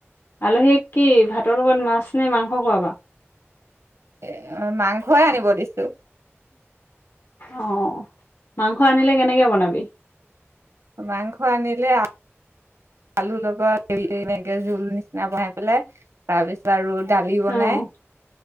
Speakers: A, on the left (about 55°); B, on the right (about 70°).
A: আলহী কি ভাতৰ লগত মাছ নে মাংস খোৱা বা
B: এ মাংসই আনিব দিছো
A: অ মাংস আনিলে কেনেকে বনাবি
B: মাংস আনিলে আলুৰ লগত এনেকে জোল নিচিনা বনাই পেলাই তাৰ পিছত আৰু দালি বনাই
A: অ',